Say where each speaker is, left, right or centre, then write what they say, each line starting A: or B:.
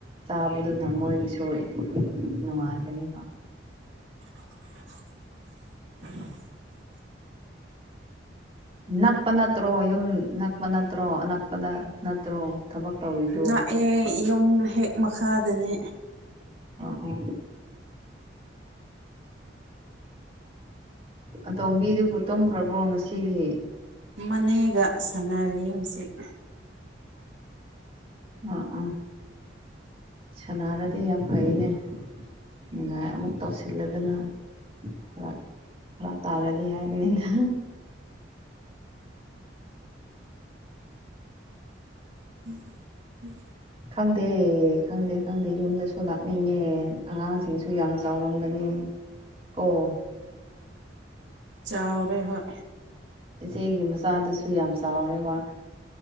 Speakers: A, on the right; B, on the right.
A: ꯆꯥꯕ ꯑꯗꯨꯅ ꯃꯣꯏꯒꯤꯁꯨ ꯅꯨꯡꯉꯥꯏꯕꯅꯦꯕ
B: <inaudible>
A: ꯅꯛꯄ ꯅꯠꯇ꯭ꯔꯣ ꯌꯨꯝ ꯅꯛꯄ ꯅꯠꯇ꯭ꯔꯣꯑꯖꯛꯄꯗ ꯅꯠꯇ꯭ꯔꯣ ꯊꯕꯛ ꯇꯧꯔꯤꯗꯣ
B: ꯅꯛꯑꯦ ꯌꯨꯝ ꯍꯦꯛ ꯃꯈꯥꯗꯅꯦ
A: ꯑ ꯎ ꯑꯇꯣꯝꯕꯤꯗꯨꯕꯨ ꯇꯨꯝꯈ꯭ꯔꯕ꯭ꯔꯣ ꯉꯁꯤꯒꯤ
B: ꯃꯅꯦꯒ ꯁꯥꯟꯅꯔꯤ ꯍꯧꯖꯤꯛ
A: ꯑꯣ ꯑꯣ ꯁꯥꯟꯅꯔꯗꯤ ꯌꯥꯝ ꯐꯩꯅꯦ ꯅꯤꯡꯉꯥꯏ ꯑꯃꯨꯛ ꯇꯧꯁꯤꯜꯂꯗꯅ ꯐꯔꯛ ꯇꯥꯔꯗꯤ ꯍꯥꯏꯕꯅꯤꯗ
B: ꯎꯝ ꯎꯝ
A: ꯈꯪꯗꯦ ꯈꯪꯗꯦ ꯈꯪꯗꯦ ꯌꯨꯝꯗꯁꯨ ꯂꯥꯛꯅꯤꯡꯉꯦ ꯑꯉꯥꯡꯁꯤꯡꯁꯨ ꯌꯥꯝ ꯆꯥꯎꯔꯝꯒꯅꯤ ꯑꯣ
B: ꯆꯥꯎꯔꯦ ꯍꯣꯏ
A: ꯏꯆꯦꯒꯤ ꯃꯆꯥꯗꯨꯁꯨ ꯌꯥꯝ ꯆꯥꯎꯔꯦꯕ